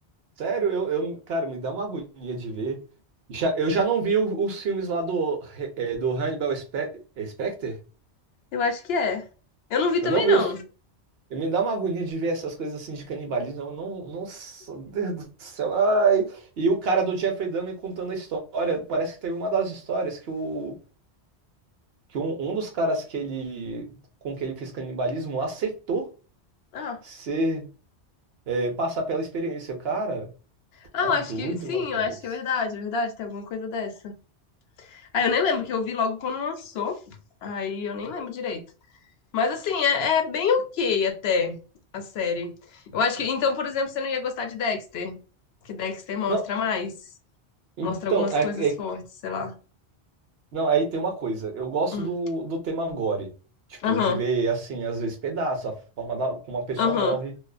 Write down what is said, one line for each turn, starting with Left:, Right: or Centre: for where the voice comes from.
Right: Sério, eu, eu, cara, me dá uma agonia de ver. Já, eu já não vi o- os filmes lá do, eh, do Hannibal Spe- Specter.
Left: Eu acho que é. Eu não vi também,
Right: Eu não vi
Left: não.
Right: os E Me dá uma agonia de ver essas coisas assim de canibalismo. Eu não, nossa, <laughs> Deus do céu. Ai. E o cara do Jeffrey Dahmer contando a história. Parece que teve uma das histórias que, o, que um, um dos caras que ele, com que ele fez canibalismo aceitou
Left: Ah,
Right: ser, é, passar pela experiência. O cara
Left: ah,
Right: tá
Left: eu
Right: doido,
Left: acho que sim,
Right: rapaz.
Left: eu acho que é verdade, é verdade, tem alguma coisa dessa. Ah, eu nem lembro que eu vi logo quando lançou, aí eu nem lembro direito. Mas assim, é, é bem ok até a série. Eu acho que, então, por exemplo, você não ia gostar de Dexter, que Dexter mostra
Right: Não,
Left: mais.
Right: então,
Left: Mostra algumas
Right: é,
Left: coisas
Right: é-
Left: fortes, sei lá.
Right: não, aí tem uma coisa. Eu gosto
Left: Hum.
Right: do, do tema gore. Tipo,
Left: Aham,
Right: de ver, assim, às vezes pedaço, a forma da, como a pessoa
Left: aham,
Right: morre.